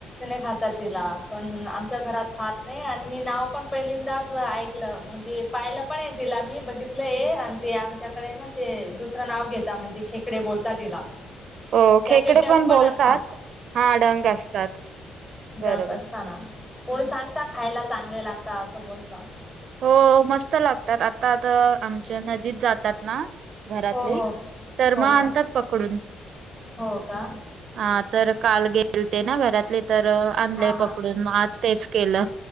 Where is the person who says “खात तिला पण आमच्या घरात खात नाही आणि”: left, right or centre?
Left